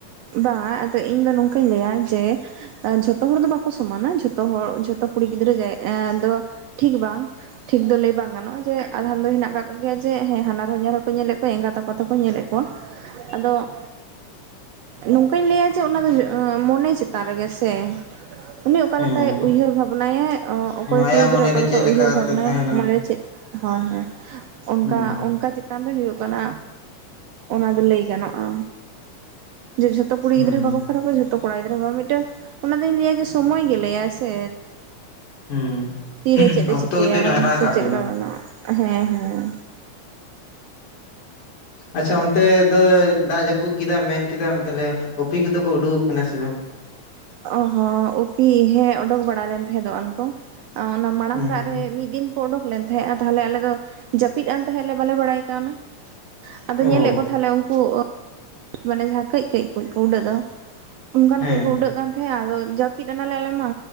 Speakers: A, on the right (about 80°); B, on the left (about 70°).
A: ᱵᱟᱝ ᱟᱫᱚ ᱤᱧ ᱫᱚ ᱱᱚᱝᱠᱟᱧ ᱞᱟᱹᱭᱟ ᱡᱮ ᱼᱼ ᱡᱷᱚᱛᱚ ᱦᱚᱲ ᱫᱚ ᱵᱟᱠᱚ ᱥᱚᱢᱟᱱᱟ ᱡᱷᱚᱛᱚ ᱦᱚᱲ ᱡᱷᱚᱛᱚ ᱠᱩᱲᱤ ᱜᱤᱫᱽᱨᱟᱹ ᱡᱮ ᱮ ᱫᱚ ᱴᱷᱤᱠ ᱵᱟᱝ। ᱴᱷᱤᱠ ᱫᱚ ᱞᱟᱹᱭ ᱵᱟᱝ ᱜᱟᱱᱚᱜᱼᱟ ᱡᱮ ᱟᱫᱷᱟᱱ ᱫᱚ ᱦᱮᱱᱟᱜ ᱟᱠᱟᱫ ᱠᱚᱜ ᱜᱮᱭᱟ ᱡᱮ ᱦᱮᱸᱟᱱᱦᱧᱟᱨ ᱦᱚᱸᱠᱚ ᱧᱮᱞᱮᱫ ᱠᱚᱣᱟ ᱮᱸᱜᱟᱛ ᱟᱯᱟᱛ ᱦᱚᱸᱠᱚ ᱧᱮᱞᱮᱫ ᱠᱚᱣᱟ।
B: <inaudible>
A: ᱟᱫᱚ ᱱᱚᱝᱠᱟᱧ ᱞᱟᱹᱭᱟ ᱡᱮ ᱚᱱᱟ ᱫᱚ ᱢᱚᱱᱮ ᱪᱮᱛᱟᱱ ᱨᱮᱜᱮ ᱥᱮ ᱼᱼ ᱩᱱᱤ ᱚᱠᱟ
B: ᱦᱮᱸ
A: ᱞᱮᱠᱟᱭ ᱩᱭᱦᱟᱹᱨ ᱵᱷᱟᱵᱽᱱᱟᱭᱮ ᱚᱠᱚᱭ
B: ᱟᱭᱟᱜ
A: ᱠᱩᱲᱤ ᱜᱤᱫᱽᱨᱟᱹ
B: ᱢᱚᱱᱮᱨᱮ
A: ᱚᱠᱟ ᱞᱮᱠᱟᱭ
B: ᱪᱮᱫ ᱞᱮᱠᱟ
A: ᱩᱭᱦᱟᱹᱨ
B: ᱠᱟᱛᱮ
A: ᱵᱷᱟᱵᱽᱱᱟᱭ
B: ᱛᱟᱦᱮᱱᱟ
A: ᱢᱚᱱᱮᱨᱮ ᱪᱮᱫ ᱼᱼ ᱦᱳᱭ ᱦᱳᱭ ᱚᱱᱠᱟ
B: ᱦᱮᱸ
A: ᱚᱱᱠᱟ ᱪᱮ ᱪᱮᱛᱟᱱ ᱨᱮ ᱦᱩᱭᱩᱜ ᱠᱟᱱᱟ ᱚᱱᱟ ᱫᱚ ᱞᱟᱹᱭ ᱜᱟᱱᱚᱜᱼᱟ। ᱡᱷᱚᱛᱚ ᱠᱩᱲᱤ
B: ᱦᱮᱸ
A: ᱜᱤᱫᱽᱨᱟᱹ ᱵᱟᱠᱚ ᱠᱷᱟᱨᱟᱯ ᱟ ᱡᱷ ᱛᱚ ᱠᱚᱲᱟ ᱜᱤᱫᱽᱨᱟᱹ ᱦᱚᱸ ᱵᱟ ᱢᱤᱫᱴᱮᱱ ᱚᱱᱟ ᱫᱚᱧ ᱞᱟᱹᱭᱟ ᱡᱮ ᱥᱚᱢᱚᱭ ᱜᱮ ᱞᱟᱹᱭᱟᱭ ᱥᱮ
B: ᱦᱮᱸ
A: ᱛᱤᱨᱮ ᱪᱮᱫ ᱮ
B: ᱚᱠᱛᱚ
A: ᱪᱤᱠᱟᱭᱟᱭ
B: ᱜᱮᱛᱚᱭ ᱰᱟᱦᱟᱨᱟ
A: ᱥᱮ
B: ᱟᱠᱟᱫ
A: ᱪᱮᱫᱞᱮᱠᱟ
B: ᱵᱚᱱᱟ
A: ᱜᱟᱱᱚᱜᱼᱟ ᱦᱮᱸ ᱦᱮᱸ᱾
B: ᱟᱪᱪᱷᱟ ᱚᱱᱛᱮ ᱫᱚ ᱫᱟᱜ ᱡᱟᱹᱯᱩᱫ ᱠᱮᱫᱟ ᱢᱮᱱ ᱠᱮᱫᱟᱢ ᱛᱟᱦᱚᱞᱮ ᱚᱯᱤ ᱠᱚᱫᱚ ᱠᱚ ᱩᱰᱩᱠᱚᱜ ᱠᱟᱱᱟ ᱥᱮ ᱵᱟᱝ?
A: ᱚ ᱦᱚᱸ ᱩᱯᱤ ᱦᱮᱸ ᱚᱰᱳᱠ ᱵᱟᱲᱟ ᱞᱮᱱ ᱛᱟᱦᱮᱸ ᱫᱚᱭᱟᱱᱠᱚ ᱾ ᱚᱱᱟ ᱢᱟᱲᱟᱝ
B: ᱦᱮᱸ
A: ᱫᱟᱜ ᱨᱮ ᱢᱤᱫ ᱫᱤᱱ ᱼᱼ ᱚᱰᱚᱠ ᱞᱮᱱ ᱛᱟᱦᱮᱸᱜᱼᱟ ᱛᱟᱦᱚᱞᱮ ᱟᱞᱮ ᱫᱚ ᱡᱟᱹᱯᱤᱫ ᱟᱱ ᱛᱟᱦᱮᱸᱫᱞᱮ ᱵᱟᱞᱮ ᱵᱟᱲᱟᱭ ᱠᱟᱣᱱᱟ ᱾ ᱟᱫᱚ
B: ᱚ
A: ᱧᱮᱞᱮᱫ ᱠᱚ ᱛᱟᱦᱮᱫ ᱞᱮ ᱩᱱᱠᱩ ᱼᱼ ᱢᱟᱱᱮ ᱡᱟᱦᱟᱸ ᱠᱟᱹᱡ ᱠᱟ. ᱡ ᱠᱩᱡ ᱠᱚ ᱩᱰᱟᱹᱜᱼᱟ ᱚᱱᱠᱟᱱ
B: ᱦᱮᱸ
A: ᱠᱚᱡ ᱠᱚ ᱩᱰᱟᱹᱜ ᱠᱟᱱ ᱼᱼ ᱦᱮᱸ ᱟᱫᱚ ᱡᱟᱹᱯᱤᱫ ᱟᱱᱟᱞᱮ ᱟᱞᱮ ᱢᱟ